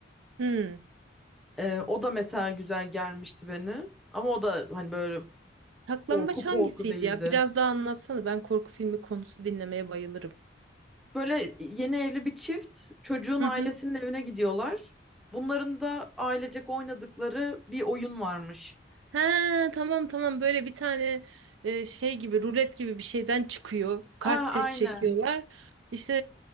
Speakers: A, on the right; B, in the centre.
A: Hmm.
B: Ee, o da mesela güzel gelmişti beni. Ama o da hani böyle
A: Saklambaç
B: korku korku
A: hangisiydi
B: değildi.
A: ya? Biraz daha anlatsana. Ben korku filmi konusu dinlemeye bayılırım.
B: Böyle yeni evli bir çift çocuğun
A: Hı
B: ailesinin
A: hı.
B: evine gidiyorlar. Bunların da ailecek oynadıkları bir oyun varmış.
A: Ha tamam tamam böyle bir tane e, şey gibi rulet gibi bir şeyden çıkıyor. Kart
B: Ha,
A: set
B: aynen.
A: çekiyorlar. İşte